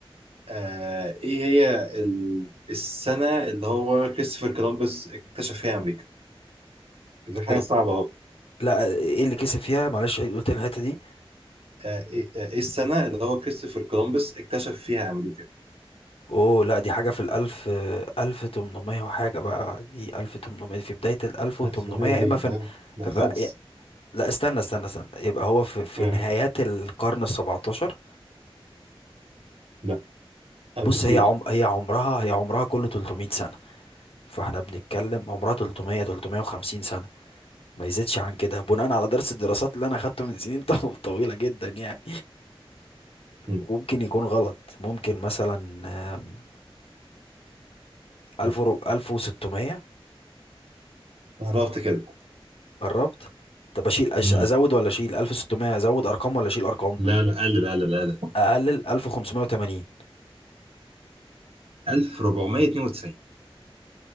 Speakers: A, on the right (about 80°); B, on the left (about 75°).
A: آه ايه هي ال- السنة اللي هو كريستوفر كولومبس اكتشف فيها امريكا دي حاجة
B: إيه-
A: صعبة اهو
B: لا ايه اللي كسب فيها معلش عيد- قلت لي الحته دي
A: آه ايه آه، إيه السنة اللي هو كريستوفر كولومبس اكتشف فيها امريكا
B: اوه لا دي حاجة في الألف ألف تمنمية وحاجة بقى دي ألف تمنمية في بداية الألف وتمنمية
A: 1800 ايه
B: إما في
A: لا لا
B: ف-
A: خالص
B: لا استنى استنى استنى يبقى هو في, في
A: آه.
B: نهايات القرن السبعتاشر
A: لا أقل
B: بص
A: بكتير
B: هي عم هي عمرها هي عمرها كله 300 سنة فاحنا بنتكلم عمرها 300 350 سنة ما يزيدش عن كده بناء على درس الدراسات اللي انا اخدته من سنين <laughs> طو- طويلة جدا يعني
A: مم.
B: وممكن يكون غلط ممكن مثلا آم، 1000
A: آه،
B: و- 1600
A: قربت كده
B: قربت طب اشيل أش...
A: امم
B: ازود ولا اشيل 1600 ازود ارقام ولا اشيل ارقام
A: لا لا قلل قلل قلل
B: اقلل 1580
A: 1492